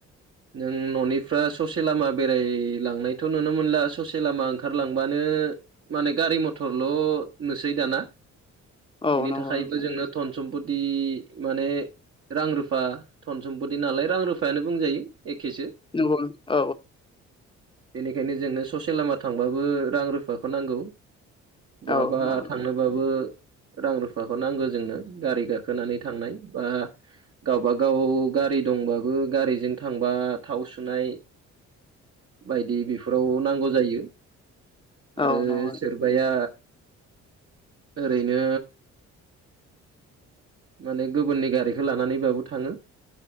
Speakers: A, on the right; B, on the left.
A: नों न'निफ्रा ससे लामा बेरायलांनायथ' नुनो मोनला ससे लामा ओंखारलांबानो माने गारि मथरल' नुसै दाना
B: <inaudible>
A: बेनि थाखायबो
B: नोंथां
A: जोंनो धन सम्पत माने रां रुफा धन सम्पति नालाय रां रुफायानो बुंजायो एखेसो।
B: नंगौ औ
A: बेनिखायनो जोंनो ससे लामा थांबाबो रां रुफाखौ नांगौ बहाबा
B: औ नंगौ नंगौ औ नंगौ
A: थांनोबाबो बो रां रुफाखौ नांगो जोंनो गारि गाखोनानै थांनाय बा गावबागाव गारि दंबाबो गारिजों थांबा थाव सुनाय बायदि बेफोराव नांगौ जायो।
B: नोंथां
A: आरो
B: औ नंगौ नोंथां
A: सोरबाया ओरैनो माने गुबुननि गारिखौ लानानैब्लाबो थाङो।